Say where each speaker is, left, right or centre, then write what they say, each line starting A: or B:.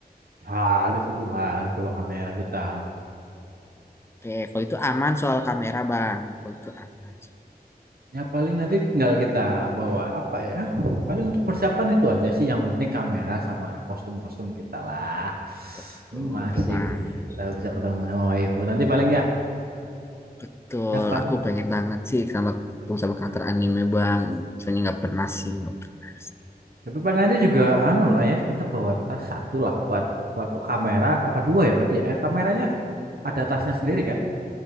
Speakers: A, on the right (about 70°); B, on the left (about 15°).
A: Harus itu harus bawa kamera kita.
B: Oke, kalau itu aman soal kamera Bang. Kalau itu aman.
A: Ya paling nanti tinggal kita bawa apa ya? Paling untuk persiapan itu aja sih yang penting kamera sama kostum-kostum kita lah.
B: Betul,
A: Hmm, Masih
B: betul Bang.
A: kita bisa ketemu sama waifu. Nanti paling ya,
B: Betul,
A: ya paling
B: aku pengen banget sih sama sama karakter anime Bang. Soalnya nggak pernah sih, nggak pernah.
A: tapi paling nanti juga anu lah ya, kita bawa tas satu lah buat buat kamera apa dua ya berarti ya? Eh, kameranya ada tasnya sendiri kan?